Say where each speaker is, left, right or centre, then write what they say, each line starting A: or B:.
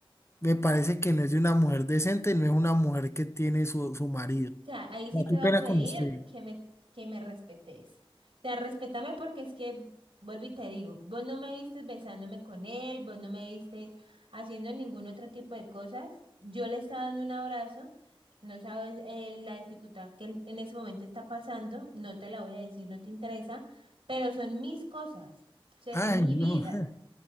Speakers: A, on the left; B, on the right.
A: me parece que no es de una mujer decente, no es una mujer que tiene su, su marido.
B: sea, ahí sí
A: Ah,
B: te
A: Qué
B: va
A: pena
B: a pedir
A: con usted.
B: que me, que me respetes. O sea, respétame porque es que, vuelvo y te digo, vos no me viste besándome con él, vos no me viste haciendo ningún otro tipo de cosas. Yo le estaba dando un abrazo, no sabes eh, la dificultad que él en ese momento está pasando, no te la voy a decir, no te interesa, pero son mis cosas, o sea, es
A: Ay,
B: mi
A: no,
B: vida,
A: <laughs>